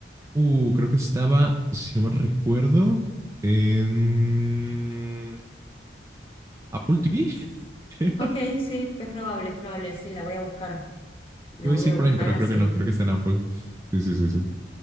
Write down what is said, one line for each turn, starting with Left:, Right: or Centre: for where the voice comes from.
Right: Uh, creo que estaba, si no me recuerdo, en Apple TV, <laughs> creo.
Left: Ok, sí, es probable, es probable, sí, la voy a buscar. La
Right: Iba a
Left: voy
Right: decir
Left: a buscar
Right: Prime, pero
Left: así.
Right: creo que no, creo que está en Apple. Sí, sí, sí, sí.